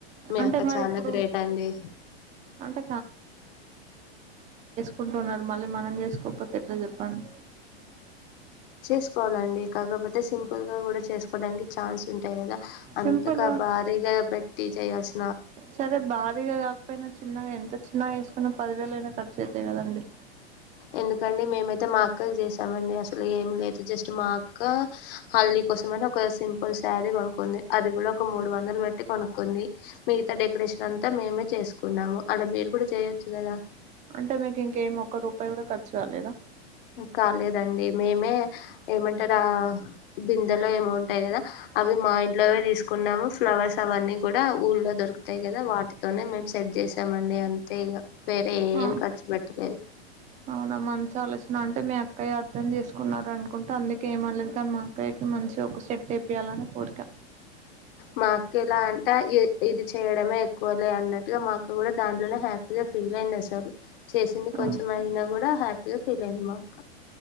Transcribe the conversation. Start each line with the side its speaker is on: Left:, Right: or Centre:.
Left: మీ
Right: అంటే
Left: అక్క
Right: మరి
Left: చాలా
Right: ఇప్పుడు
Left: గ్రేట్ అండి.
Right: అంటే కుంటున్నారు. మళ్ళీ మనం చేసుకోపోతే ఎట్లా చెప్పండి.
Left: చేసుకోవాలండి. కాకపోతే సింపుల్ గా కూడా చేసుకోవడానికి ఛాన్స్ ఉంటాయి గదా. అంతగా
Right: సింపుల్గా
Left: భారీగా పెట్టి చేస్ చేయల్స్
Right: సరే భారీగా కాకపోయినా. చిన్నగా ఎంత చిన్నగా చేసుకున్నా పదివేలైన్ ఖర్చు అయితాయి కదండి.
Left: ఎందుకండి మేమైతే మా అక్కకు చేసామండి. అసల్ ఏం లేదు. జస్ట్ మా అక్క హల్ది కోసమని ఒక సింపుల్ సారీ కొనుక్కుంది. అది కూడా ఒక మూడు వందలు పెట్టి కొనుక్కుంది. మిగతా డెకరేషన్ అంతా మేమే చేసుకున్నాము. అలా మీరు కూడా చెయ్యొచ్చు గదా.
Right: అంటే మీకు ఇంకేమి ఒక్క రూపాయి కూడా ఖర్చ్ రాలేదా
Left: కాలేదండి. మేమే ఏమంటారా ఆ డిన్ ఇద్దర్లో ఏమొ ఉంటాయి గదా. అవి మా ఇంట్లోవే తీసుకున్నాము. ఫ్లవర్స్ అవన్నీ కూడా ఊళ్లో దొరుకుతాయి కదా. వాటితోనే మేమ్ సెట్ చేసామండి అంతే ఇగ వేరే
Right: ఆ
Left: ఏం ఖర్చు పెట్టలేదు.
Right: అవునా మంచి ఆలోచన. అంటే మీ అక్కయ్యా అర్థం చేసుకున్నారు అనుకుంట. అందుకే ఏమన్లేదు కానీ మా అక్కయకి మంచిగా ఒక స్టెప్పేపియాలని ఓక్ కోరిక.
Left: మా అక్కెలా అంట్ ఆ ఏ ఇది చేయడమే ఎక్కువలే అన్నట్టుగా మా అక్క కూడా దాంట్లోనే హ్యాపీగా ఫీల్ అయిందసలు. చేసింది
Right: ఆ
Left: కొంచెం అయినా గూడా హ్యాపీగా ఫీల్ అయింది మా అక్క.